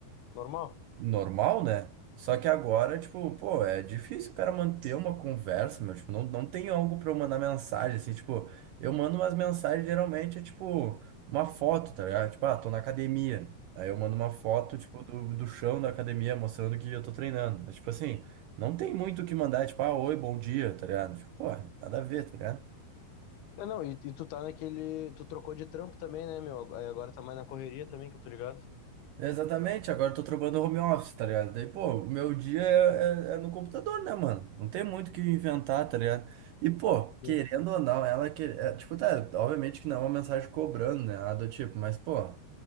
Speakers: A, on the left; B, on the right.
A: normal.
B: normal, né? Só que agora, tipo, pô, é difícil o cara manter uma conversa, meu. Tipo, não, não tem algo pra eu mandar mensagem, assim. Tipo, eu mando umas mensagens, geralmente é tipo uma foto, tá ligado? Tipo, ah, tô na academia. Aí eu mando uma foto, tipo, do, do chão da academia, mostrando que eu tô treinando. Mas, tipo assim, não tem muito o que mandar, tipo, ah, oi, bom dia, tá ligado? Tipo, pô, nada a ver, tá ligado?
A: Ah, Não, e, e tu tá naquele. Tu trocou de trampo também, né, meu? Aí agora tá mais na correria também, que eu tô ligado.
B: Exatamente, agora eu tô trabalhando home office, tá ligado? Daí, pô, o meu dia é, é- é no computador, né, mano? Não tem muito o que inventar, tá ligado? E, pô, querendo
A: Sim.
B: ou não, ela que, é, tipo, tá, obviamente que não é uma mensagem cobrando, né? Nada do tipo, mas, pô,